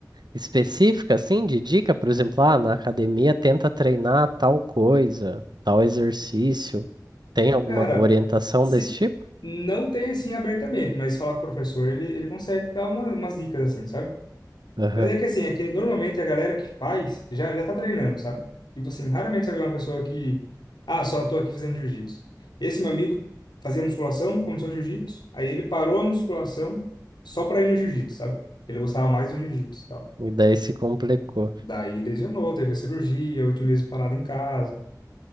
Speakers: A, on the right; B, on the left.
A: específica, assim, de dica? Por exemplo, ah, na academia tenta treinar tal coisa, tal exercício. Tem alguma
B: Cara,
A: orientação
B: se
A: desse tipo?
B: não tem assim abertamente, mas falar com o professor, ele, ele consegue dar uma, umas dicas assim, sabe?
A: Aham.
B: Mas é que assim, é que normalmente a galera que faz já, já tá treinando, sabe? Tipo assim, raramente você vê uma pessoa que, ah, só tô aqui fazendo jiu-jitsu. Esse meu amigo fazia musculação, começou o jiu-jitsu, aí ele parou a musculação só pra ir no jiu-jitsu, sabe? Ele gostava mais do jiu-jitsu e tal.
A: E daí se complicou.
B: Daí lesionou, teve a cirurgia, oito meses parado em casa.